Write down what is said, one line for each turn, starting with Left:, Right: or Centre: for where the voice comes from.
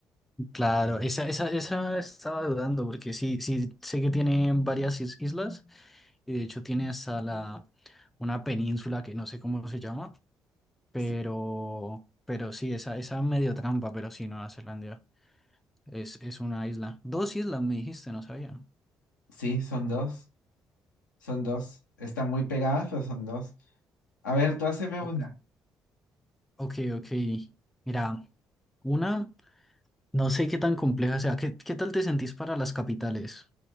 Centre: Claro, esa, esa, esa estaba dudando, porque sí, sí sé que tiene varias is- islas, y de hecho tiene hasta la una península que no sé cómo se llama, pero,
Left: Sí,
Centre: pero sí, esa, esa medio trampa, pero sí, Nueva Zelanda es, es una isla. Dos islas me dijiste, no sabía.
Left: sí, son dos, son dos. Están muy pegadas, pero son dos. A ver, tú haceme
Centre: Ok,
Left: una.
Centre: ok. ok. Mira. Una. No sé qué tan compleja sea. ¿Qué, qué tal te sentís para las capitales?